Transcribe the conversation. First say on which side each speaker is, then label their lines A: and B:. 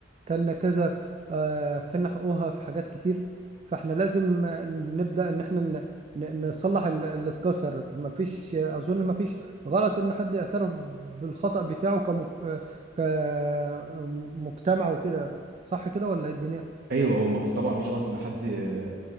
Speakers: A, on the right; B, on the right.
A: كان كذا آه، كان حقوقها في حاجات كتير فاحنا لازم آه، نبدأ ان احنا ن- ن- نصلح ال- اللي اتكسر مفيش آه، اظن مفيش غلط ان حد يعترف بالخطأ بتاعه كم- آه، كمجتمع وكده صح كده ولا ايه الدنيا
B: ايوه هو ما- طبعا مش غلط ان حد ي-